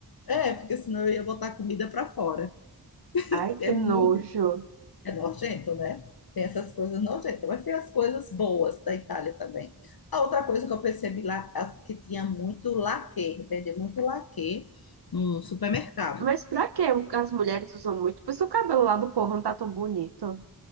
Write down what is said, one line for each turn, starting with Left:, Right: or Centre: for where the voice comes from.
Left: é, porque senão eu ia botar comida para fora.
Right: Ai, que
Left: É muito
Right: nojo.
Left: É nojento, né? Tem essas coisas nojentas, mas tem as coisas boas da Itália também. A outra coisa que eu percebi lá, as- que tinha muito laque, vende muito laque no supermercado.
Right: Mas pra que as mulheres usam muito? Por isso o cabelo lá do povo não tá tão bonito.